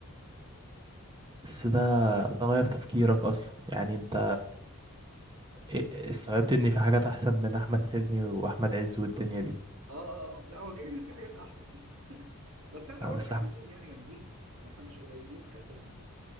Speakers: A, on the right; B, on the right.
A: بس ده ده غير تفكيرك اصلا يعني انت إيه- استوعبت ان في حاجات احسن من احمد حلمي واحمد عز والدنيا دي
B: اه اه آه. لا هو كده كده في حاجات احسن <laughs> بس احنا
A: آه،
B: برضه
A: بس
B: حلوين
A: احمد
B: يعني جامدين يعني احنا مش قليلين كسينما